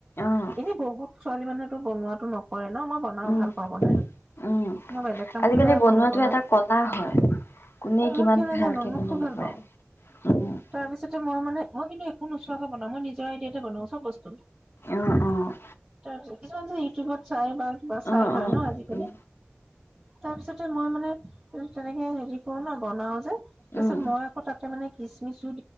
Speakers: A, on the left; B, on the right.
A: অ',
B: এনে বহুত ছোৱালী মানুহেতো বনোৱাটো নকৰে ন' মই বনাও
A: উম,
B: ভাল পাও বনাই
A: উম।
B: মই বেলেগ কাম
A: আজিকালি
B: কৰি বেয়া
A: বনোৱাটো
B: পাওঁ মই বনাও
A: এটা কলা হয়, কোনে
B: অ',
A: কিমান
B: মই কিয় নাজানো
A: ভালকে
B: মই
A: বনাব
B: খুব ভাল
A: পাৰে।
B: পাওঁ
A: উম,
B: তাৰপিছতে মই মানে মই কিন্তু একো নুচো বনাওঁ মই নিজৰ আইডিয়াতে বনাও চব বস্তু।
A: অ', অ'।
B: তাৰপিছত কিছুমান ইউটিউবত চাই বা বা চাই
A: অ',
B: লয়
A: অ',
B: ন' আজিকালি
A: উম,
B: তাৰ পিছতে মই মানে তেনেকে হেৰি কৰো ন'। বনাও যে। তাৰ
A: উম।
B: পিছত মই আকৌ তাকে মানে কিচমিচ